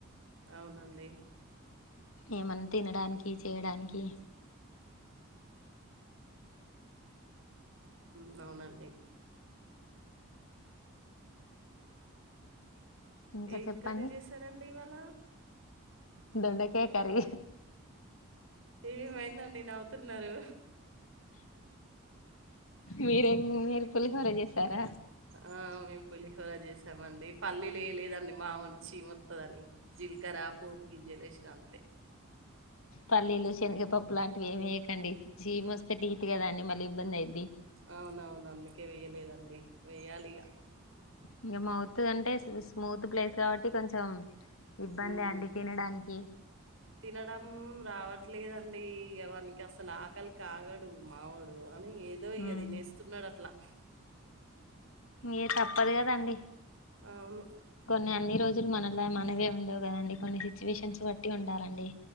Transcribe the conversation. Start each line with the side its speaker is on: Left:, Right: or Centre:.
Right: అవునండి
Left: ఏమన్న తినడానికి, చేయడానికి
Right: మ్ అవునండి.
Left: ఇంకా
Right: ఏం
Left: చెప్పండి
Right: కర్రి చేసారండి ఇవాళ
Left: దొండకాయ కర్రీ
Right: ఏమైందండి నవ్వుతున్నారు?
Left: మీరేమి మీరు పులిహోర చేసారా?
Right: ఆ మేము పులిహొర చేసామండి. పల్లీలు వేయలేదండి మావోనికి సీమోత్ త్తదని జీలకర్ర పోపు గింజలు వేసిన అంతే
Left: పల్లీలు, శనగపప్పు లాంటివి ఏమేయకండి. సీమోత్తే టీత్ కద అండి మళ్ళీ ఇబ్బంది అయ్యిద్ది.
Right: అవునవును అందుకే వెయ్యలేదండి. వెయ్యాలిగ
Left: ఇంక మౌత్ అంటే స్మూత్ ప్లేస్ కాబట్టి కొంచెం ఇబ్బందె
Right: హ్మ్.
Left: అండి తినడానికి.
Right: తినడం రావట్లేదండి. ఎ వానికి అసలు ఆకలి కాగడు మావోడు కాని ఏదో ఇగ
Left: ఉమ్
Right: తినేస్తున్నాడు అట్లా
Left: ఇంగ తప్పదు కదండి
Right: అవును
Left: కొన్ని అన్ని రోజులు మనలా మనవే ఉండవు కదండి! కొన్ని సిచ్యువేషన్స్ బట్టి ఉండాలండి.